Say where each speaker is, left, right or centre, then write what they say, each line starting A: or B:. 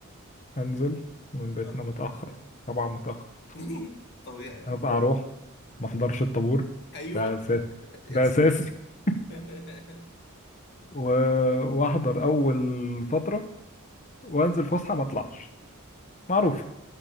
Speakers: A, on the left (about 35°); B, on the left (about 50°).
A: انزل من بيتنا
B: آه.
A: متأخر طبعا متأخر
B: <laughs> طبيعي آه.
A: هبقى اروح ما احضرش الطابور
B: ايوه
A: ده اساسي
B: يا
A: ده
B: سلام
A: اساسي <laughs>
B: <laughs>
A: و... واحضر اول فترة وانزل
B: آه،
A: فسحة ما اطلعش معروف